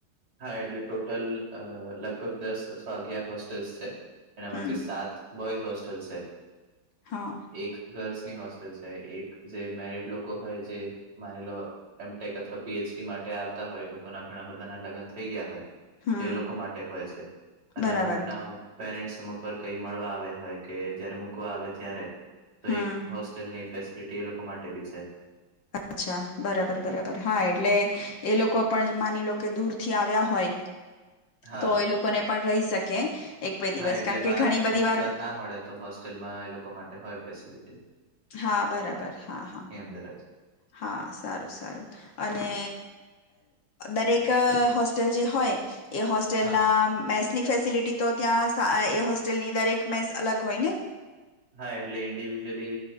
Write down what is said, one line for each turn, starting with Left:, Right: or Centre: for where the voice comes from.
Right: હા, એટલે ટોટલ લગભગ દસ અથવા અગિયાર હોસ્ટેલ્સ છે એનામાંથી
Left: હમ
Right: સાત બોયઝ હોસ્ટલ છે.
Left: હા
Right: એક ગર્લ્સની હોસ્ટેલ છે એક જે મેરીડ લોકો હોય જે માની લો એમટેક અથવા પીએચડી માટે આવતા હોય એ લોકોના ઘણા બધા ના લગ્ન થઈ ગયા હોય
Left: હમ
Right: તો એ લોકો માટે હોય છે અને
Left: બરાબર
Right: અમુક ના પેરેન્ટસ અમુક વાર કઈ મળવા આવ્યા હોય કે જયારે મૂકવા આવે ત્યારે તો
Left: હમ
Right: એક હોસ્ટેલની ફેસિલિટી એ લોકો માટે બી છે.
Left: અચ્છા બરાબર બરાબર હા એટલે એ પણ માની લો કે આવ્યા હોય
Right: હા,
Left: તો એ લોકોને પણ રહી શકે એક બે દિવસ
Right: હા, એટલે
Left: કારણ
Right: બહાર
Left: કે ઘણી બધી
Right: અમુક
Left: વાર
Right: ના મળે તો હોસ્ટેલમાં એ લોકો માટે હોય ફેસિલિટી.
Left: હા બરાબર હા હા.
Right: <unintelligible>
Left: હા સારું સારું અને દરેક હોસ્ટેલ જે હોય એ હોસ્ટેલના
Right: હા.
Left: મેસની ફેસિલિટી તો ત્યાં એ હોસ્ટેલની દરેક મેસ અલગ હોય ને?
Right: હા એટલે ઇન્ડિવિજુઅલી